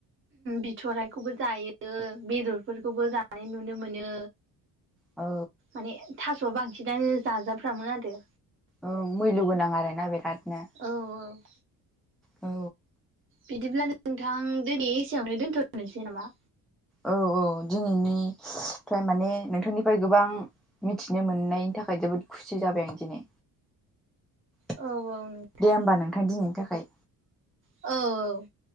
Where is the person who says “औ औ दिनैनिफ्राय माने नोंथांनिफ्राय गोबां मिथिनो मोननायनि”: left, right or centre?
Centre